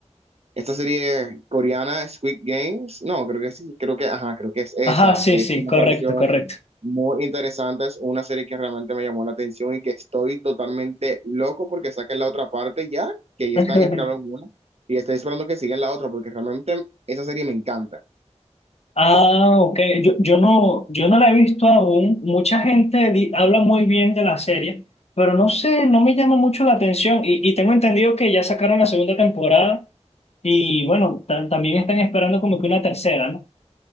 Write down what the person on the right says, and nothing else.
esta serie coreana, Squid Games, no, creo que sí, creo que, ajá, creo que es esa,
que
sí me
pareció
muy interesante, es una serie que realmente me llamó la atención y que estoy totalmente loco porque saquen la otra parte ya, que ya
este año tiraron una, y estoy esperando que sigan la otra porque realmente esa serie me encanta.